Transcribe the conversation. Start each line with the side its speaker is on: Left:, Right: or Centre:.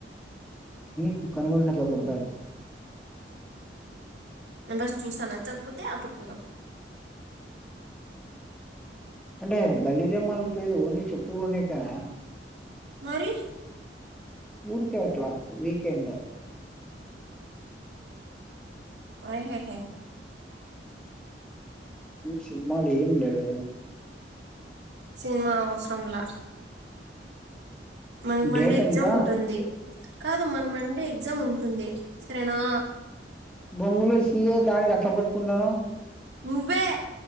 Centre: కుక్కనడిట్లా కొడత
Right: బస్ చూస్తా నచ్చకపోతే అప్పుడు పోరాం
Centre: అంటే గల్లీ రెమ్మలు పోయదు ఓన్లీ చెప్పులు కొ ఉన్నాయికా
Right: మరి
Centre: పూర్తిట్లా వీకెండ్
Right: ఆహ
Centre: సినిమాలు ఏం లేవ
Right: సినిమా అవసరంలా మనకి మండే
Centre: డేట్
Right: ఎగ్జామ్
Centre: ఎంత
Right: ఉంటుంది కాదు మన్ మండే ఎగ్జామ్ ఉంటుంది సరేనా
Centre: బొంగులు సయ దానికి అట్ పట్టుకుంటాను
Right: నువ్వే